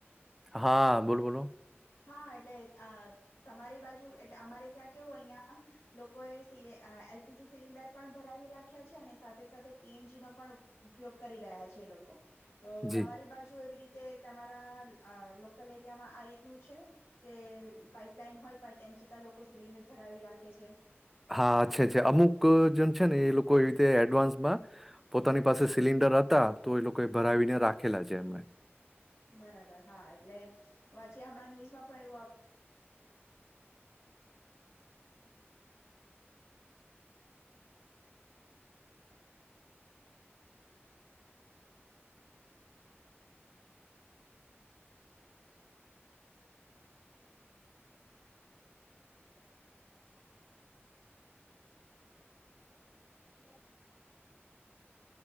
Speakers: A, in the centre; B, on the left (about 75°).
A: હા બોલો બોલો.
B: હા એટલે આ તમારી બાજુ એટલે અમારે ત્યાં કેવું અહિયાં, લોકોએ સ એલ પી જી સિલિન્ડર પણ ભરાવી રાખ્યા છે અને સાથે સાથે સી એન જી નો પણ ઉપયોગ કરી રહ્યા છે એ લોકો. તો
A: જી
B: તમારી બાજુ એવી રીતે તમારા લોકલ આ રીતનું છે, કે પાઈપલાઈન હોય પણ તેમ છતાં લોકો સિલિન્ડર ભરાવી રાખે છે.
A: હા અચ્છા અચ્છા અમુક જણ છે ને એ લોકો એ રીતે એડવાન્સમાં, પોતાની પાસે સિલિન્ડર હતા તો એ લોકો એ ભરાવીને રાખેલા છે એમને.
B: બરાબર હા એટલે, વચ્ચે હમણાં ન્યુઝમાં પણ એવું આવ
A: હમ. <inaudible>